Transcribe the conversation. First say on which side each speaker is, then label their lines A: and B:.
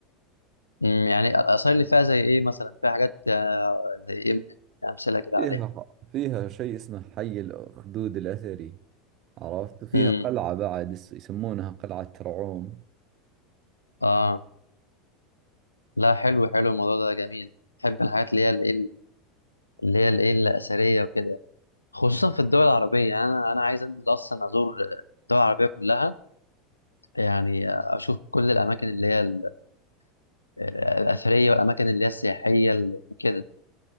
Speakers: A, on the left; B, on the right.
A: مم، يعني الاثار اللي فيها زي ايه مثلا فيها حاجات آه، زي ايه يعني امثله كده
B: فيها
A: عليها
B: فيها شيء اسمه حي الاخدود الاثري عرفت وفيها
A: امم
B: قلعة بعد يس- يسمونها قلعة ترعوم
A: اه لا حلو حلو الموضوع ده جميل بحب الحاجات اللي هي الايه اللي هي الايه الاثريه وكده خصوصا في الدول العربيه يعني انا انا عايز انزل اصلا ازور الدول العربيه كلها يعني اشوف كل الاماكن اللي هي ال- آه، الاثريه والاماكن اللي هي السياحيه وكده